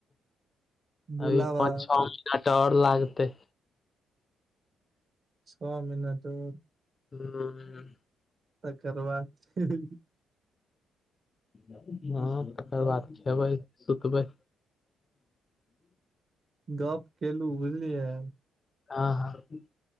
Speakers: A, on the right (about 45°); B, on the left (about 35°).
A: बुलावा
B: अभी पाँच छ मिहिना त ओर लागतै।
A: छः मिनट रूक,
B: हूं,
A: तकर बाद फेर
B: हँ, तकर बाद खेबै, सुतबै,
A: गप केलू, बुझलियै,
B: हां- हां,